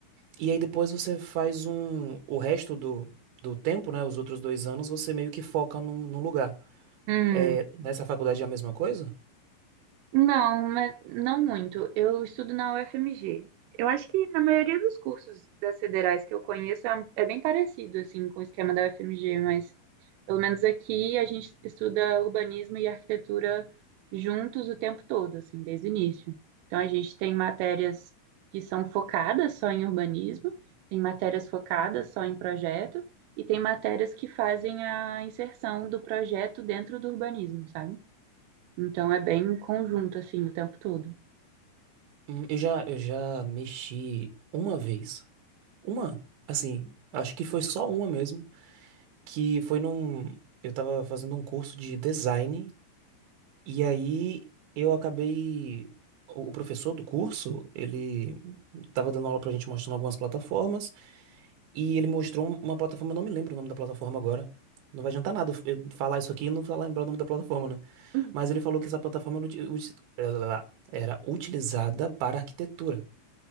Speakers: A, on the right; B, on the right.
A: e aí depois você faz um, o resto do, do tempo, né? Os outros dois anos, você meio que foca num, num lugar.
B: Hum.
A: É, nessa faculdade é a mesma coisa?
B: Não, mas não muito. Eu estudo na UFMG. Eu acho que na maioria dos cursos das federais que eu conheço é é bem parecido assim com o esquema da UFMG, mas pelo menos aqui a gente estuda urbanismo e arquitetura juntos o tempo todo, assim, desde o início. Então a gente tem matérias que são focadas só em urbanismo, tem matérias focadas só em projeto e tem matérias que fazem a inserção do projeto dentro do urbanismo, sabe? Então é bem em conjunto, assim, o tempo todo.
A: Hum, Eu já, eu já mexi uma vez. Uma, assim, acho que foi só uma mesmo, que foi num. Eu tava fazendo um curso de design E aí eu acabei. O o professor do curso, ele tava dando aula pra gente mostrando algumas plataformas, e ele mostrou um- uma plataforma, eu não me lembro o nome da plataforma agora. Não vai adiantar nada eu falar isso aqui e não falar lembrar o nome da plataforma, né?
B: Uhum.
A: Mas ele falou que essa plataforma era uti- uti- lá, lá, lá, era utilizada para arquitetura.